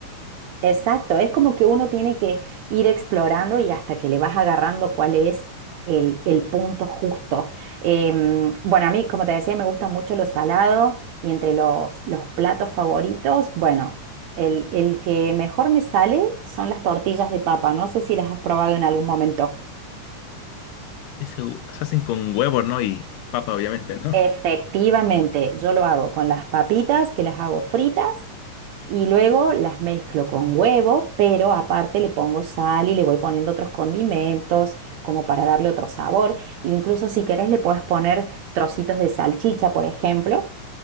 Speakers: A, on the right; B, on the left.
A: Exacto, es como que uno tiene que ir explorando y hasta que le vas agarrando cuál es el, el punto justo. Em, bueno, a mí, como te decía, me gusta mucho lo salado y entre los, los platos favoritos, bueno, el, el que mejor me sale son las tortillas de papa. No sé si las has probado en algún momento.
B: Y se, se hacen con huevo, ¿no? Y papa, obviamente, ¿no?
A: Efectivamente, yo lo hago con las papitas, que las hago fritas Y luego las mezclo con huevo, pero aparte le pongo sal y le voy poniendo otros condimentos como para darle otro sabor. Incluso si querés le puedes poner trocitos de salchicha, por ejemplo,